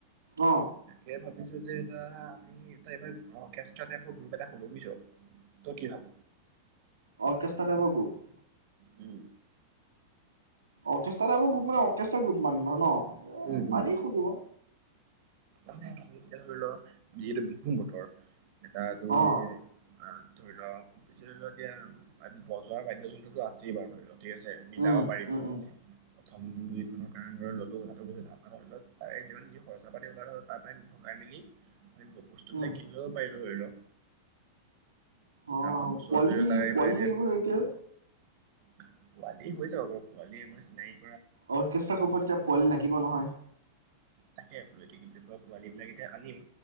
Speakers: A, on the right; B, on the right.
A: অ
B: তাকে ভাবিছোঁ। দুযে এটা আমি এটা এইবাৰ অৰ্কেষ্ট্ৰা টাইপৰ গ্ৰুপ এটা খুলোঁ বুজিছ, তই কি ভাব?
A: অৰ্কেষ্ট্ৰা টাইপৰ গ্ৰুপ।
B: উম।
A: অৰ্কেষ্ট্ৰা টাইপৰ গ্ৰুপ মানে অৰ্কেষ্ট্ৰা গ্ৰুপ মানে ধৰ ন। এ
B: উম। উম
A: পাৰি খুলিব।
B: এতিয়া ধৰিলোৱা যিহেতু বিহুৰ বতৰ এটা তুমি
A: অ
B: অ' ধৰি ল <unintelligible> এতিয়া বজোৱাৰ বাদ্যযন্ত্ৰতো আছেই বাৰু ধৰি ল। ঠিক আছে মিলাব
A: উম
B: পাৰিম।
A: উম উম
B: <inaudible> খনৰ কাৰনে ধৰ ললোঁ মই। <inaudible> তাৰে যিমান যি খৰচা পাতি ওলাই তাৰে পৰা ভগাই মেলি মানে বস্তু
A: উম
B: বিলাক কিনি লব পাৰিলো ধৰি ল।
A: অ
B: অহা বছৰ
A: পোৱালি
B: ধৰি লও তাৰে
A: পোৱালি
B: মানে
A: লাগিব এতিয়া।
B: পোৱালি হৈ যাব বাৰু পোৱালি আমাৰ চিনাকী
A: অৰ্কেষ্ট্ৰা গ্ৰুপত এতিয়া পোৱালি লাগিব নহয়।
B: তাকে বোলো <inaudible> পোৱালী বিলাক এতিয়া আনিম।